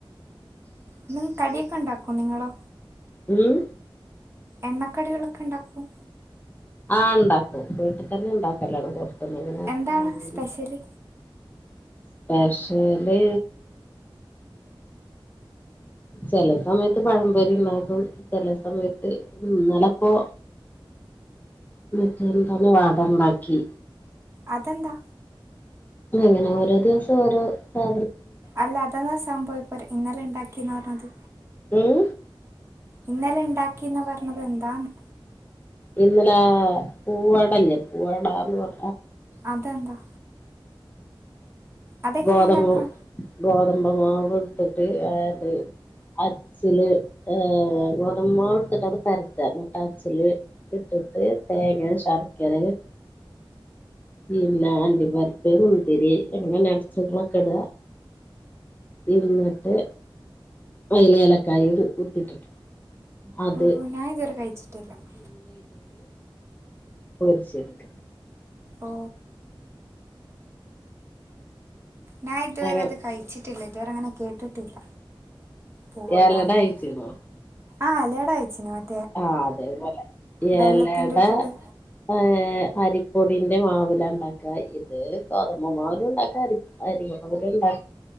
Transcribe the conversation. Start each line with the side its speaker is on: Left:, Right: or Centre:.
Right: എന്തെങ്കും കടിയൊക്കെ ഇണ്ടാക്കും നിങ്ങളോ?
Left: ഉം
Right: എണ്ണക്കടികളൊക്കെ ഇണ്ടാക്കും
Left: ആഹ് ഇണ്ടാക്കും വീട്ട് തന്നെ ഇണ്ടാക്കലാണ് പൊറത്തുന്ന് അങ്ങനെ
Right: എന്താണ്
Left: വാങ്ങല്
Right: സ്പെഷ്യല്
Left: സ്പെഷ്യല് ചെല സമയത്ത് പഴം പൊരി ഇണ്ടാക്കും ചെല സമയത്ത് ഇന്നലെപ്പോ മറ്റേ എന്താണ് വട ഇണ്ടാക്കി
Right: അതെന്താ?
Left: അങ്ങനെ ഓരോ ദിവസം ഓരോ സാ
Right: അല്ല അതെന്താ സംഭവം ഇപ്പ ര് ഇന്നലെ ഇണ്ടാക്കീന്ന് പറഞ്ഞത്
Left: ഉം
Right: ഇന്നലെ ഇണ്ടാക്കീന്ന് പറഞ്ഞത് എന്താന്ന്?
Left: ഇന്നലെ വട ഇല്ലേ വടാന്ന് പറ
Right: അതെന്താ? അതെങ്ങനെ
Left: ഗോതമ്പ്
Right: ഉണ്ടാക്കാ
Left: ഗോതമ്പ്മാവു ഇട്ടിട്ട് ഏഹ് അത് അച്ചില് ഏഹ് ഗോതമ്പുമാവ് എടുത്തിട്ട് അത് പരത്താ എന്നിട്ട് അത് അച്ചില് ഇട്ട് ഇട്ട് തേങ്ങേം ശർക്കരേം പിന്നെ അണ്ടിപരിപ്പ് മുന്തിരി എങ്ങന <unintelligible> ഇട എന്നിട്ട് അയില് ഏലക്കായും കുത്തിട്ടിട്ട് അത്
Right: ഓ ഞാൻ ഇതുവരെ കഴിച്ചിട്ടില്ല <inaudible>
Left: പോരിച്ചേടുക്ക
Right: ഓ ഞാ ഇതുവരെ
Left: അങ്ങ
Right: അത് കഴിച്ചിട്ടില്ല ഇതുവരെ അങ്ങനെ കേട്ടിട്ടില്ല പൂവടാന്നൊന്നും
Left: ഏലട അയിച്ചിവോ
Right: ആ എലട അയച്ചിന് മ
Left: ആഹ് അതേപോലെ
Right: ബെല്ലത്തിൻ്റെ
Left: ഏലട
Right: ഇട്ടിട്ട്
Left: ഏയ് അരിപ്പൊടിന്റെ മാവിലാ ഇണ്ടാക്ക ഇത് ഗോതമ്പുമാവിലും ഇണ്ടാക്ക അരി അരി മാവിലും ഇണ്ടാക്